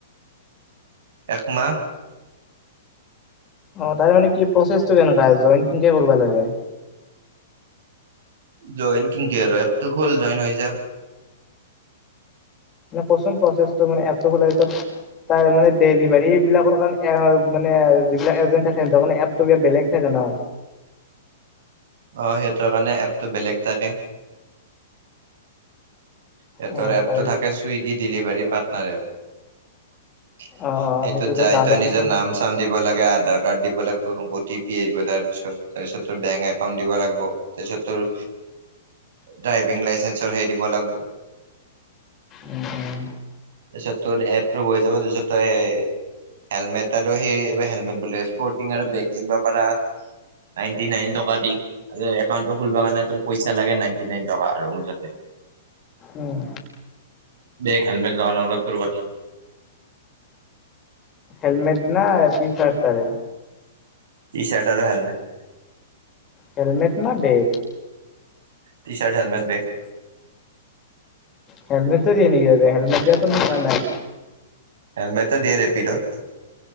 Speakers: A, on the right; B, on the left.
A: একমাহ।
B: অ তাৰে মানে কি প্ৰচেছটো কেনেকুৱা, জইন কেনেকে কৰিব লাগে?
A: জইন কিংকে আৰু, এপটো খুল জইন হৈ যা।
B: মানে কচোন প্ৰচেছটো, মানে এপটো খোলা পিছত তাৰ মানে ডেলিভাৰীবিলাকৰ কাৰণে এৰাৰ মানে আৰু যিবিলাক এজেন্ট থাকে, সিহঁনতৰ কাৰণে এপটো বেলেগ থাকে। অ।
A: অ, সিহঁতৰ কাৰণে এপটো বেলেগ থাকে। সিহঁতৰ
B: অ
A: এপটো
B: তাৰ
A: থাকে চুইগী ডিলিভাৰী পাৰ্টনাৰ এপ।
B: অ অ
A: এইটোত
B: সেইটো
A: যাই
B: ডাউনলোড
A: তই
B: কৰি
A: নিজৰ
B: থম।
A: নাম-চাম দিব লাগ এ আধাৰ কাৰ্ড দিব লাগব', অ-টি-পি আহিব তাৰপিছত। তাৰপিছত তোৰ বেংক একাউণ্ট দিব লাগব'। তাৰপিছত তোৰ ড্ৰাইভিং লাইচেঞ্চৰ হেই দিব লাগব'।
B: উম-উম।
A: তাৰপিছত তোৰ এপটো হৈ যাব, তাৰপিছত তই হেলমেট আৰু সেই হেলমেট বোলে স্পৰ্টিং আৰু বেগ কিনব' পাৰা। নাইনটি নাইন টকা দি, একাউণ্টটো খুলবা কাৰণে তোৰ পইচা লাগে নাইনটি নাইন টকা আৰু মুঠতে।
B: উম।
A: বেগ, হেলমেট ল, নল তোৰ কথা।
B: হেলমেট না টি-চাৰ্ট তাৰে?
A: টি-চাৰ্ট আৰু হেলমেট।
B: হেলমেট না বেগ?
A: T-shirt, helmet, bag.
B: হেলমেটো দিয়ে নেকি সিহঁতে? হেলমেট দিয়াচোন দেখা নাই।
A: হেলমেটো দিয়ে ৰেপিডত।